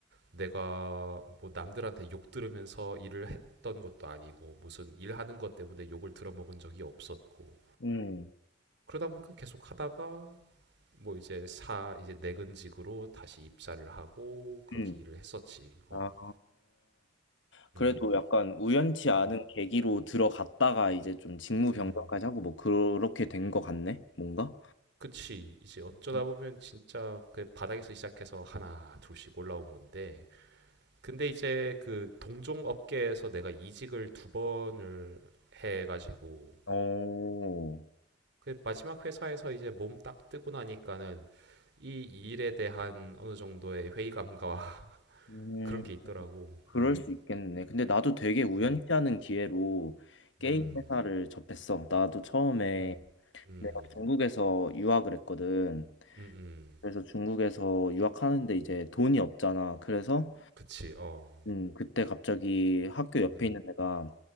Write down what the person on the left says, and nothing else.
음,
음.
아, 그래도
약간 우연치 않은
계기로 들어갔다가 이제 좀 직무
변경까지 하고 뭐 그렇게 된 거 같네? 뭔가?
음.
어.
음.
그럴
수 있겠네. 근데 나도 되게 우연치
않은 기회로 게임
회사를 접했어. 나도 처음에
내가 중국에서 유학을 했거든.
그래서 중국에서 유학하는데 이제 돈이 없잖아. 그래서
음, 그때 갑자기 학교 옆에
있는 애가